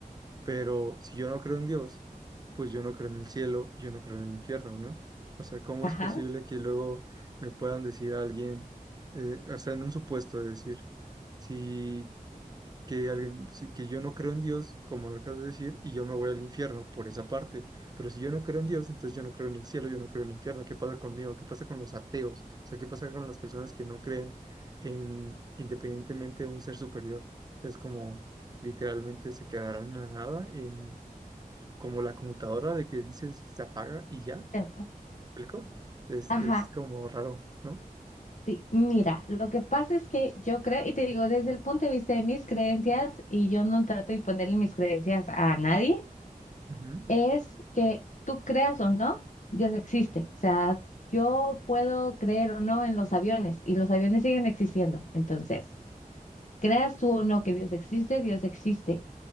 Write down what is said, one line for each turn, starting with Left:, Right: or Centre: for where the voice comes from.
Right: Pero si yo no creo en Dios, pues yo no creo en el cielo yo no creo en el infierno, ¿no? O sea, ¿cómo
Left: Ajá.
Right: es posible que luego me puedan decir a alguien, eh, o sea, en un supuesto de decir, si que alguien, si- que yo no creo en Dios, como lo acabas de decir, y yo me voy al infierno por esa parte, pero si yo no creo en Dios, entonces yo no creo en el cielo, yo no creo en el infierno, ¿qué pasa conmigo? ¿Qué pasa con los ateos? O sea, ¿qué pasa con las personas que no creen en independientemente de un ser superior? Es como literalmente se quedarán en la nada en como la computadora de que dices se apaga y ya, ¿me
Left: Epa.
Right: explico? Es,
Left: Ajá,
Right: es como raro, ¿no?
Left: Sí, mira, lo que pasa es que yo creo, y te digo, desde el punto de vista de mis creencias, y yo no trato de imponerle mis creencias a nadie,
Right: Ujú.
Left: es que tú creas o no, Dios existe. O sea, yo puedo creer o no en los aviones, y los aviones siguen existiendo. Entonces, Creas tú o no que Dios existe, Dios existe.